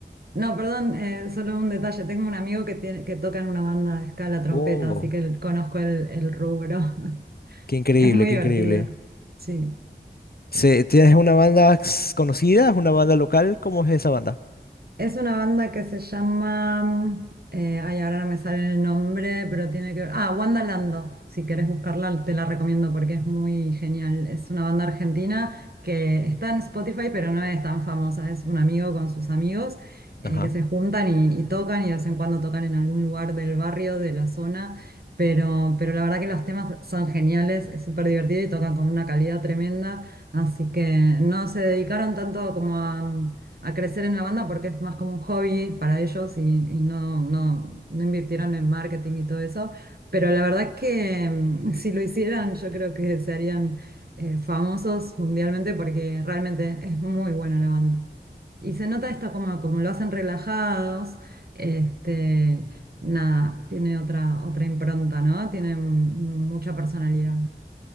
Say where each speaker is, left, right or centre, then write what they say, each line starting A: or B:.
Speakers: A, on the right; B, on the left.
A: no, perdón, eh, solo un detalle, tengo un amigo que, tiene, que toca en una banda de escala trompeta,
B: Oh.
A: así que el- conozco el, el rubro. <laughs>
B: qué increíble,
A: Es muy
B: qué
A: divertido,
B: increíble.
A: sí.
B: Se- ¿tienes una banda s- conocida, una banda local? ¿Cómo es esa banda?
A: Es una banda que se llama, eh, ay, ahora no me sale el nombre, pero tiene que ver, ah, Wandalando, si querés buscarla te la recomiendo porque es muy genial. Es una banda argentina que está en Spotify, pero no es tan famosa, es un amigo con sus amigos eh,
B: Ajá.
A: que se juntan y, y tocan y de vez en cuando tocan en algún lugar del barrio, de la zona, pero, pero la verdad que los temas son geniales, es súper divertido y tocan con una calidad tremenda. Así que no se dedicaron tanto como a, a crecer en la banda porque es más como un hobby para ellos y, y no, no, no invirtieron en marketing y todo eso. Pero la verdad es que mm, <laughs> si lo hicieran, yo creo que se harían eh, famosos mundialmente porque realmente es muy buena la banda. Y se nota esto como, como lo hacen relajados, este, nada, tiene otra, otra impronta, ¿no? Tiene mm, mucha personalidad.